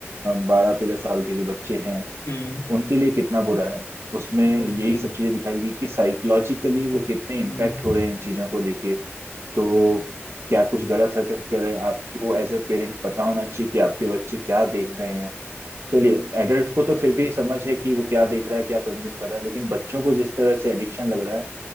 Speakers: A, on the right (about 65°); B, on the left (about 80°).
A: बारह तेरह साल के जो बच्चे हैं
B: हम्म
A: उनके लिए कितना बुरा है उसमें
B: ओके
A: यही सब चीजें दिखाई गई कि साइकोलॉजिकली वो कितने इम्पैक्ट
B: हम्म,
A: हो रहे हैं इन चीजों को लेके तो क्या कुछ गलत हरकत कर रहे हैं आपको एज ए पेरेंट पता होना चाहिए कि आपके बच्चे क्या देख रहे हैं चलिए एडल्ट को तो फिर भी समझ है कि वो क्या देख रहा है क्या कंज्यूम कर रहा है लेकिन बच्चों को जिस तरह से एडिक्शन लग रहा है